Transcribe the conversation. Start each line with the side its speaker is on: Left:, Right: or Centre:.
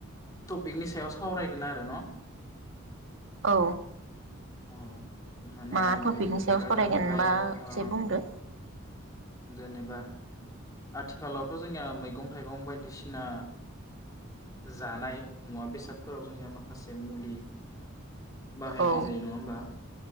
Left: टपिकनि सायाव सावरायगोन आरो न।
Right: औ।
Left: औ। माने
Right: मा टपिकनि
Left: बे टपिकआ
Right: सायाव सावरायगोनबा
Left: जाहैबाय
Right: एसे
Left: ओ
Right: बुंदो।
Left: जेनेबा आथिखालावथ' जोंनिया मैगं थाइगं बायदिसिना जानाय मुवा बेसादफोराव जोंनिया माखासे मुलि। बाहायनाय
Right: औ
Left: जायो नङा होमबा।